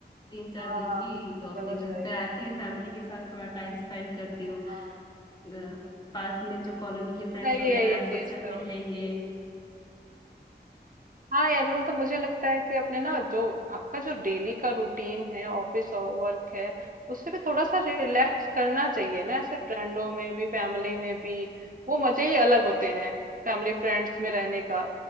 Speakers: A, on the left (about 25°); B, on the right (about 50°).
A: तीन चार
B: हाँ
A: दिन की तो अपने
B: चलो
A: घर
B: सही
A: पे
B: है
A: आके फैमिली के साथ थोड़ा टाइम स्पेंड करती
B: हाँ
A: हूँ अ, पास में जो कॉलोनी के फ्रेंड्स
B: सही
A: वगैरह
B: है ये
A: हैं
B: चीज
A: सबसे
B: तो
A: मिल लेंगे
B: हाँ यार मतलब मुझे लगता है कि अपने ना जो आपका जो डेली का रूटीन है ऑफिस और वर्क है उससे भी थोड़ा सा रिलैक्स करना चाहिए ना ऐसे फ्रेंडों में भी फैमिली में भी वो मजे ही अलग होते हैं फैमिली फ्रेंड्स में रहने का